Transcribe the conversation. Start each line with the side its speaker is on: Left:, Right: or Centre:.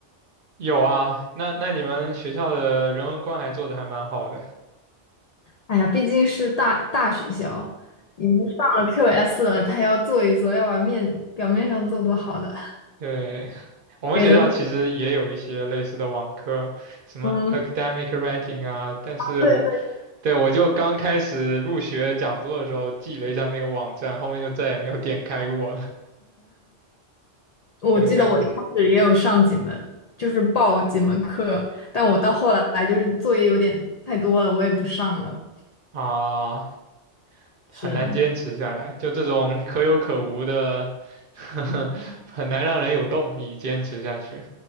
Right: 有啊，那那你们学校的人文关怀做的还蛮好的。
Left: 哎呀，毕竟是大大学校，已经上了 QS 了，他要做一做，要把面表面上做做好的，
Right: 对，<laughs> 我们学校其实也有一些类似的网课，
Left: 给了
Right: 什么
Left: 嗯，
Right: academic writing 啊，但是我，
Left: 对对，
Right: 对，我就刚开始入学讲座的时候记了一下那个网站，后面就再也没有点开过了。
Left: 我记得我一开始也有上几门，
Right: <laughs> 对，感
Left: 就是报几门课，但我到后来就是作业有点太多了，我也不上了。
Right: 啊，
Left: 是
Right: 很难坚持下来，就这种可有可无的，<laughs> 很难让人有动力坚持下去。